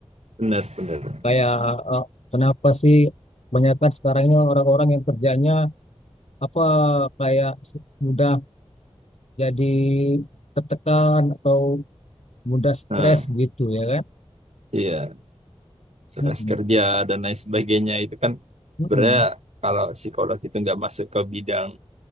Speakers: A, on the right; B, on the left.
A: benar-benar.
B: kayak eh, kenapa sih kebanyakan sekarang ini orang-orang yang kerjanya apa kayak mudah jadi tertekan atau mudah stres
A: Nah,
B: gitu ya kan
A: iya, stres
B: Mm-mm,
A: kerja dan lain sebagainya itu kan
B: mm-mm.
A: sebenarnya kalau psikolog itu nggak masuk ke bidang